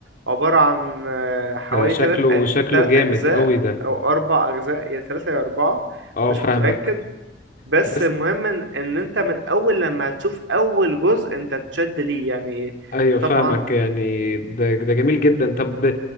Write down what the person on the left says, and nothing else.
ده شكله
شكله
جامد
اوي ده
اه
فاهمك
بس
ايوه
فاهمك يعني ده ده جميل جدا طب